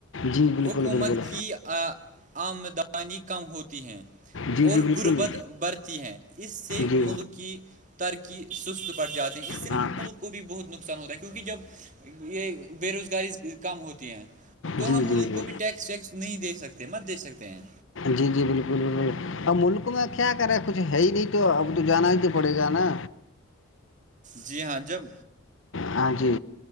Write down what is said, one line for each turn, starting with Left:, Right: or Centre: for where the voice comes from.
Left: جی بالکل
Right: حکومت
Left: بالکل
Right: کی آمدانی کم ہوتی ہے
Left: جی
Right: اور
Left: جی بالکل
Right: غربت برتی ہے اس سے
Left: جی
Right: ملک کی ترقی سست پڑ جاتی ہیں اس ط لیح
Left: ہاں
Right: ملک کو بھی بہت نقصان ہوتا ہے کیونکہ جب یہ بے روزگاری کم ہوتی ہیں تو
Left: جی
Right: ہم ملک
Left: جی جی
Right: کو بھی ٹیکسیکس نہیں دے سکتے مت دے سکتے ہیں
Left: جی جی بالکل بالکل اب ملک میں کیا کریں کچھ ہے ہی نہیں تو اب تو جانا ہی تو پڑے گا نا
Right: جی ہاں جب
Left: ہاں جی